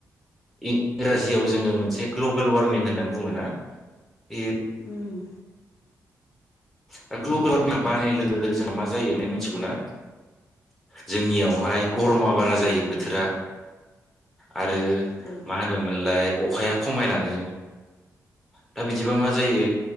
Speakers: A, in the centre; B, on the left.
A: इ-इंराजियाव जोंङो मोनसे ग्लबेल वार्मिं होननानै बुंङोना बे
B: ओम।
A: दा ग्लबेल
B: उम
A: वारमिंआ बारायनाय लोगो लोगो जोंना मा जायो बे मिथिगौ ना? जोंनियावहाय
B: औ
A: गरमा बारा जायो बोथोरा। आरो
B: औ
A: मा होनोमोनलाय अखाया खमायलाङो। दा बिदिबा मा जायो